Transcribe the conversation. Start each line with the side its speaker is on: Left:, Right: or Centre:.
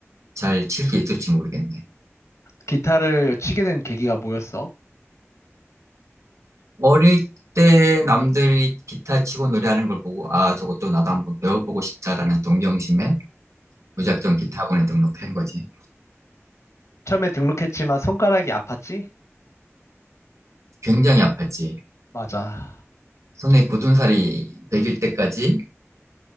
Right: 잘 칠 수 있을지 모르겠네.
Left: 기타를 치게 된 계기가 뭐였어?
Right: 어릴 때 남들이 기타 치고 노래하는 걸 보고, 아, 저것도 나도 한번 배워보고 싶다라는 동경심에 무작정
Left: 음.
Right: 기타 학원에 등록한 거지.
Left: 처음에 등록했지만 손가락이 아팠지?
Right: 굉장히 아팠지.
Left: 맞아.
Right: 손에 굳은 살이 배길 때까지